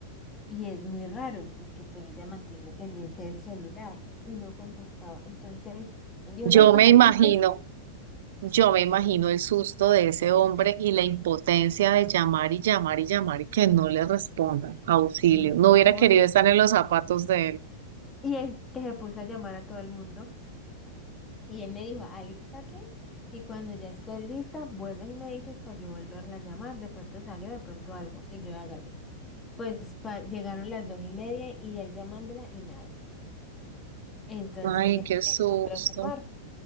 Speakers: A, on the left (about 20°); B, on the right (about 75°).
A: Y es muy raro porque pues ella mantiene pendiente el celular y no contestaba. Entonces dijo,
B: yo
A: no, pues
B: me
A: alístese.
B: imagino, yo me imagino el susto de ese hombre y la impotencia de llamar y llamar y llamar y que no le respondan. Auxilio.
A: No.
B: No hubiera querido
A: Y
B: estar en los zapatos de él.
A: y es que se puso a llamar a todo el mundo. Y él me dijo, alístate y cuando ya esté lista, vuelves y me dices para yo volverla a llamar. De pronto salió, de pronto algo. Y yo hágale. Pues pa- llegaron las dos y media y él llamándola y nada. Entonces
B: Ay,
A: ella se
B: qué susto.
A: empezó a preocupar.